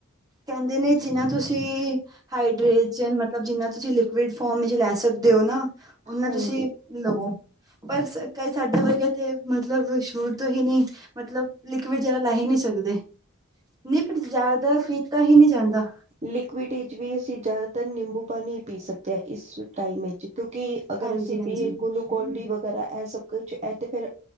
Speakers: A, on the right; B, on the right.
A: ਕੈਂਦੇ ਨੇ ਜਿੰਨਾ ਤੁਸੀਂ ਹਾਈਡ੍ਰੇਜਨ ਮਤ ਲਵ ਜਿੰਨਾ ਤੁਸੀਂ ਲਿਕੁਿਡ ਫੌਮ ਇਚ ਲੈ ਸਕਦੇਓ ਨਾ ਓਨਾ
B: ਹਾਂਜੀ
A: ਤੁਸੀਂ ਲਉ, ਪਰ ਸ ਕਈ ਸਾਡੇ ਵਰਗੇ ਤੇ ਮਤਲਬ ਸ਼ੁਰ ਤੋਂ ਹੀ ਨੀ ਮਤਲਬ ਲਿਕੁਇਡ ਜਿਆਦਾ ਲੈ ਹੀ ਨੀ ਸਕਦੇ ਨੀ ਪਰ ਜਾਂਦਾ ਪੀਤਾ ਹੀ ਨੀ ਜਾਂਦਾ।
B: ਲਿਕੁਇਡ ਵਿੱਚ ਵੀ ਅਸੀਂ ਜ਼ਿਆਦਾਤਰ ਨਿੰਬੂ ਪਾਣੀ ਈ ਪੀ ਸਕਦੇ ਆ ਇਸ ਟਾਈਮ ਇਚ ਕਿਉਂਕਿ, ਅਗਰ
A: ਹਾਂਜੀ
B: ਅਸੀਂ
A: ਹਾਂਜੀ
B: ਪੀਏ ਗੁਲੂਕੋਨ ਡੀ ਵਗੈਰਾ ਐ ਸਭ ਕੁਛ ਐ ਤੇ ਫਿਰ